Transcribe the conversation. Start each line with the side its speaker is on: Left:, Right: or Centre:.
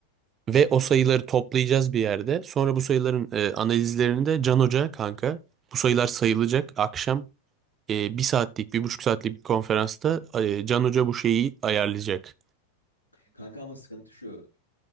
Right: Ve o sayıları toplayacağız bir yerde. Sonra bu sayıların e, analizlerini de Can Hoca kanka. Bu sayılar sayılacak. Akşam e, bir saatlik, bir buçuk saatlik bir konferansta e, Can Hoca bu şeyi ayarlayacak.
Left: Kanka ama sıkıntı şu.